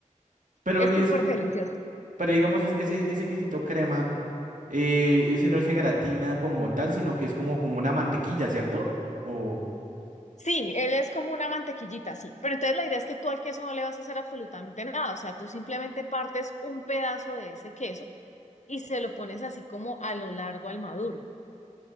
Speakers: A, on the right (about 75°); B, on the left (about 60°).
A: pero
B: es
A: y
B: súper
A: es,
B: delicioso.
A: pero digamos es- ese, ese quesito crema, eh, ese no se gratina como tal, sino que es como, como una mantequilla, ¿cierto? O,
B: Sí, él es como una mantequillita, sí. Pero entonces la idea es que tú al queso no le vas a hacer absolutamente nada. O sea, tú simplemente partes un pedazo de ese queso y se lo pones así como a lo largo al maduro.